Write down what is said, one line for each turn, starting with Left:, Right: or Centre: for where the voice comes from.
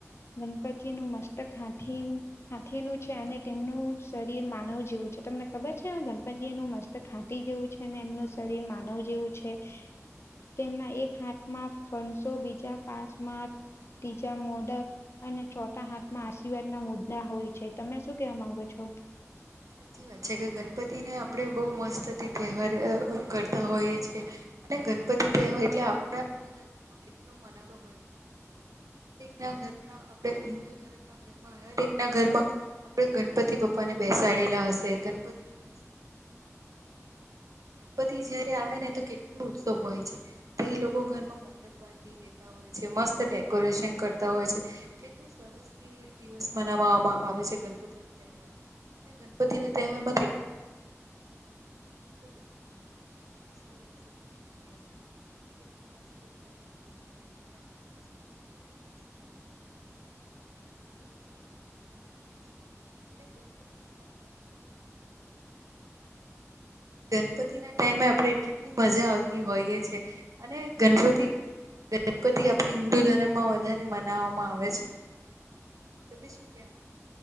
Left: ગણપતિજી નું મસ્તકે હાથી હાથીનું છે અને તેમનું શરીર માનવ જેવું છે તમને ખબર છે ગણપતિ એનું મસ્ત ખાંટી જેવું છે ને એમનું શરીર માનવ જેવું છે તેમના એક હાથમાં ફણસો બીજા પાસમાં ત્રીજા મોદક અને ચોથા હાથમાં આશીર્વાદ ના મુદ્દા હોય છે તમે શું કેવા માંગો છો
Right: સાચી વાત છે કે ગણપતિને આપણે બહુ મસ્તથી તહેવાર કરતા હોઈએ છીએ અને ગણપતિ તહેવાય એટલે આપણા હિન્દુ ધર્મમાં કેટલોું મનાવતો <inaudible> ઘરના આપ હિન્દુ ધર્મ ના હરેક ના ઘરમાં આપડે ગણપતિ બાપા ને બેસાડેયે હશે ગણપતિ <inaudible> ગણપતિ જયારે આવે ને તો કેટલુ ઉત્સવ હોય છે તો એ લોકો ઘરમાં <inaudible> હોય છે મત ડેકોરેશન કરતા હોય છે કેટલ થી દિવસ મનાવવામાં આવે છે ગણપતિ નો તહેવાર બધી ને તેહવાર મા થી આપણે ગણપતિ <inaudible> <inaudible> હોય છે. આપણે ગણપતિ બાપાને કેટલા મસ્ત <inaudible> છીએ. અને ગણપતિ ના ટાઈમ ગણપતિ ના ટાઈમે આપણે કેટલી મજા આવતી હોઈએ છેએ અને ગણપતિ ગણપતિ આપણે હિન્દુ ધર્મમાં વધારે મનાવવામાં આવે છે તમે શું કે